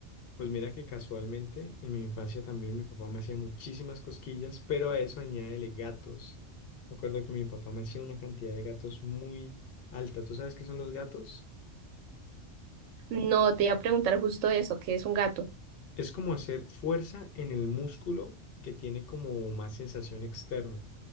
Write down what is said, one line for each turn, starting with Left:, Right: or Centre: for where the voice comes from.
Left: Pues mira que casualmente en mi infancia también mi papá me hacía muchísimas cosquillas, pero a eso añádele gatos. Me acuerdo que mi papá me hacía una cantidad de gatos muy alta. ¿Tú sabes qué son los gatos?
Right: No, te iba a preguntar justo eso, que es un gato.
Left: Es como hacer fuerza en el músculo que tiene como más sensación externa.